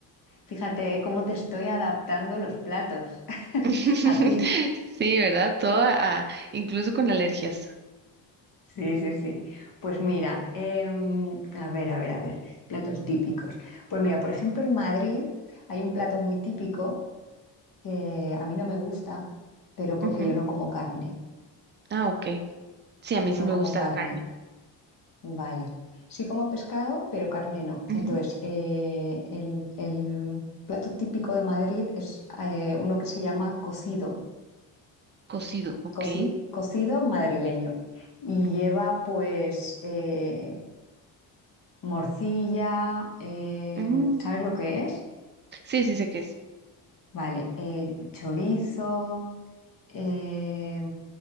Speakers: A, on the left; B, on the right.
A: Fíjate, ¿eh? cómo te estoy adaptando los platos <laughs>
B: <laughs>
A: a ti.
B: Sí, ¿verdad? Todo, a- incluso con alergias.
A: Sí, sí, sí. Pues mira, em, a ver, a ver, a ver, platos típicos. Pues mira, por ejemplo, en Madrid hay un plato muy típico que a mí no me gusta, pero porque
B: Ujú.
A: yo no como carne.
B: Ah, ok. Sí, a mí
A: Yo
B: sí
A: no
B: me
A: como
B: gusta
A: carne,
B: la carne.
A: vale. Sí como pescado, pero carne no.
B: Ujú.
A: Entonces, eh, el, el plato típico de Madrid es eh, uno que se llama cocido
B: Cocido, ok.
A: coci- cocido madrileño. Y
B: Ujú.
A: lleva pues eh, morcilla, eh,
B: Mm,
A: ¿sabes lo que es?
B: Sí, sí sé qué es.
A: Vale, eh, chorizo, eh,